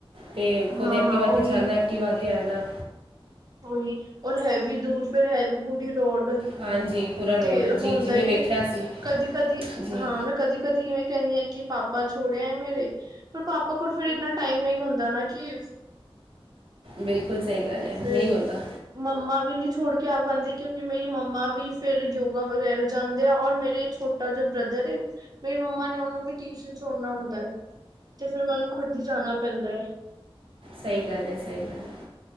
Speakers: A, on the right (about 65°); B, on the right (about 40°).
A: ਤੇ ਖੁਦ
B: ਹਾਂ
A: ਐਕਟੀ
B: ਹਾਂ
A: ਵਤੇ
B: ਉਹੀ
A: ਜਾਣਨਾ ਟੀ ਵਾ ਕੇ ਆ ਨਾ
B: ਉਹੀ, ਔਰ ਹੈ ਵੀ ਦੂਰ, ਫਿਰ ਹੈ ਵੀ ਪੂਰੀ ਰੋਡ।
A: ਹਾਂਜੀ ਪੂਰਾ ਰੋਡ
B: ਤੇ
A: ਜੀ
B: ਹੋਂਦਾ
A: ਜੀ ਮੈਂ
B: ਈਏ,
A: ਵੇਖਿਆ ਸੀ
B: ਕਦੀ-ਕਦੀ
A: ਜੀ
B: ਹਾਂ, ਮੈਂ ਕਦੀ-ਕਦੀ ਇਵੇਂ ਕਹਿੰਨੀ ਆ ਕਿ, ਪਾਪਾ ਛੋੜਿਆਏ ਮੇਰੇ ਪਰ ਆਪਾ ਕੋਲ ਫਿਰ ਇੰਨਾ ਟਾਈਮ ਨਹੀਂ ਹੁੰਦਾ ਨਾ ਕਿ
A: ਬਿਲਕੁਲ ਸਹੀ ਗੱਲ
B: ਤੇ
A: ਹੈ
B: ਫਿਰ
A: ਨਹੀਂ ਹੋਂਦਾ
B: ਮੰਮਾ ਵੀ ਨਹੀਂ ਛੋੜ ਕੇ ਆ ਪਾਉਂਦੇ ਕਿਉਂਕਿ ਮੇਰੀ ਮੰਮਾ ਵੀ ਫੇਿਰ ਯੋਗਾ ਵਗੈਰਾ ਜਾਂਦੇ ਆ ਔਰ ਮੇਰੇ ਛੋਟ ਜੋ ਬ੍ਰਦਰ ਮੇਰੀ ਮੰਮਾ ਨੇ ਉਹਨੂੰ ਵੀ ਟਿਊਸ਼ਨ ਛੜਨਾ ਹੁੰਦਾ ਹੈ ਤੇ ਫੇਿਰ ਮੈਨੂੰ ਖੁਦ ਹੀ ਜਾਣਾ ਪੈਂਦਾ ਹੈ।
A: ਸਹੀ ਗੱਲ ਹੈ ਸਹੀ ਗੱਲ ਹੈ।